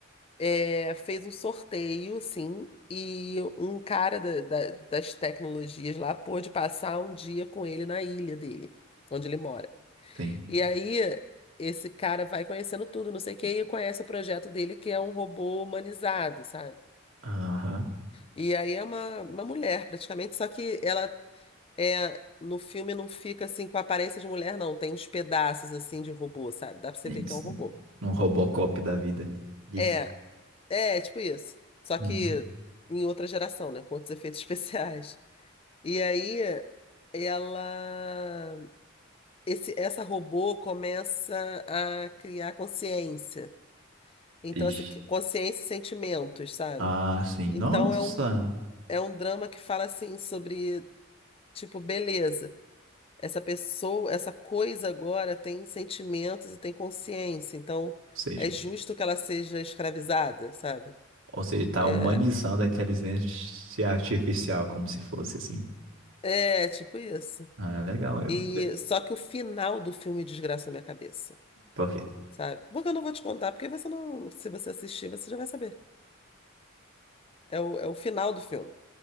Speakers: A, on the left (about 25°); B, on the right (about 70°).
A: é, fez um sorteio, assim, e um cara da- da- das tecnologias lá pôde passar um dia com ele na ilha dele, onde ele mora.
B: Sim.
A: E aí, esse cara vai conhecendo tudo, não sei o quê, e conhece o projeto dele, que é um robô humanizado, sabe?
B: Aham,
A: E aí é uma, uma mulher, praticamente, só que ela é. No filme não fica assim com a aparência de mulher, não. Tem uns pedaços assim de robô, sabe? Dá pra você
B: sim,
A: ver que
B: sim.
A: é um robô.
B: Um Robocop da vida. Disse.
A: É, É, tipo isso. Só
B: Uhum.
A: que em outra geração, né? Com outros efeitos <laughs> especiais. E aí ela. Esse, essa robô começa a criar consciência. Então,
B: Ixi.
A: assim, que- consciência e sentimentos, sabe?
B: Ah, sim.
A: Então
B: Nossa.
A: é um, é um drama que fala assim sobre, tipo, beleza. Essa pessoa, essa coisa agora tem sentimentos e tem consciência. Então
B: Ou seja,
A: é justo que ela seja escravizada, sabe?
B: ou seja, tá
A: É,
B: humanizando a inteligência artificial como se fosse assim.
A: é tipo isso.
B: Ah, legal.
A: E
B: É...
A: só que o final do filme desgraça a minha cabeça,
B: Por quê?
A: sabe? Porque eu não vou te contar, porque você não, se você assistir, você já vai saber. É o, é o final do filme.